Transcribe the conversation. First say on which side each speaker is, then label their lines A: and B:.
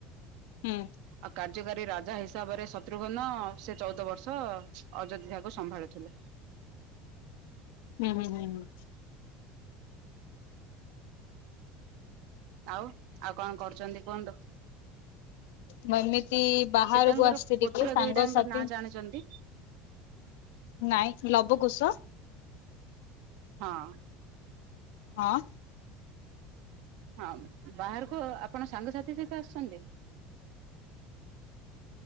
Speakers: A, on the left (about 80°); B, on the right (about 70°).
A: ହୁଁ।
B: ଆଉ କାର୍ଯ୍ୟକାରୀ ରାଜା ହିସାବରେ ଶତ୍ରୁଘ୍ନ ସେ ଚଉଦ ବର୍ଷ ଅଯୋଧ୍ୟାକୁ ସମ୍ଭାଳିଥିଲେ
A: ହୁଁ ହୁଁ ହୁଁ ହୁଁ।
B: ଆଉ ଆଉ କଣ କରୁଛନ୍ତି କୁହନ୍ତୁ?
A: ମୁଁ ଏମିତି ବାହାରକୁ
B: ସେ ତାଙ୍କର
A: ଆସିଛି ଟିକେ
B: ପୁତ୍ର
A: ସାଙ୍ଗସାଥି
B: ଦିଇଟାଙ୍କ ନାଁ ଜାଣିଛନ୍ତି
A: ନାଇଁ ଲବ କୋଷ
B: ହଁ।
A: ହଁ।
B: ହଁ ବାହାରକୁ ଆପଣ ସାଙ୍ଗସାଥି ସହିତ ଆସୁଛନ୍ତି।